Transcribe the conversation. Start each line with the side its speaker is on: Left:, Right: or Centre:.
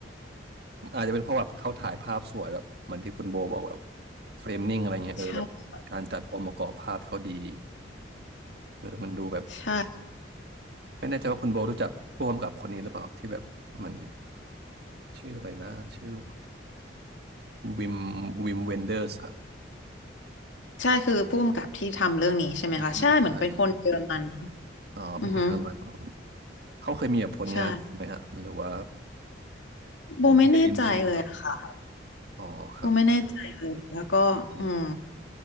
Right: อาจจะเป็นเพราะแบบเขาถ่ายภาพสวยแบบเหมือนที่คุณโบบอกแบบเฟรมนิ่งอะไรเงี้ยเออแบบการจัดองค์ประกอบภาพเขาดี
Left: ใช่
Right: เออมันดูแบบ
Left: ใช่
Right: ไม่แน่ใจว่าคุณโบรู้จักผู้กำกับคนนี้หรือเปล่าที่แบบมันชื่ออะไรนะชื่อวิมวิมเวนเดอร์สครับ
Left: ใช่คือผู้กำกับที่ทำเรื่องนี้ใช่ไหมคะใช่เหมือนเป็นคนเยอรมัน
Right: อืมอืมใช่อ๋อเป็นคนเยอรมัน
Left: อือฮึ
Right: เขาเคยมีแบบผลงานอื่นไหมฮะหรือว่า
Left: ใช่โบไม่แน่ใจเลยอะค่ะ
Right: ผมเพิ่งได้ยินชื่ออ๋อครับ
Left: กูไม่แน่ใจเลยแล้วก็อืม
Right: อืม